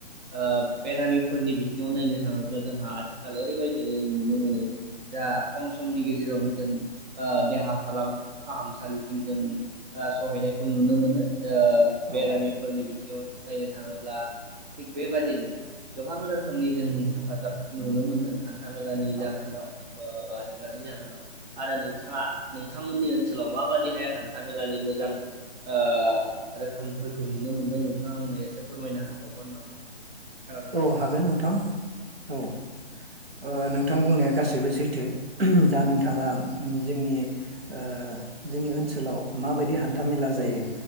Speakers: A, on the right; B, on the right.
A: ओ बेरामिफोरनि बिथिङाव नायनो थाङोब्ला जोंहा आथिखाल ओरैबायदि नुनो मोनो दा खम समनि गेजेराव जों ओह देहा फाहामसालिसिम जों सहैनायखौ नुनो मोनो ओ
B: औ
A: बेरामिफोरनि बिथिङाव नायनो थाङोब्ला थिग बेबादिनो गोबां रोखोमनि जों हेफाजाब नुनो मोनो हानथामेलानि
B: औ
A: जाहोनाव ओ आथिखालनि जाहोनाव आरो नोंथाङा नोंथांमोननि नि ओनसोलाव माबादिहाय हान्थामेलानि मोजां ओ रोखोमफोरखौ नुनो मोनदों नोंथाङा आंनो एसे फोरमायनो हाबावगोन नामा खोनादों
B: औ
A: दा?
B: हागोन नोंथां औ ओह नोंथां बुंनाया गासै
A: औ
B: बो सैथो दा नोंथाङा जोंनि ओ जोंनि ओनसोलाव मा बायदि हान थामेला जायो
A: औ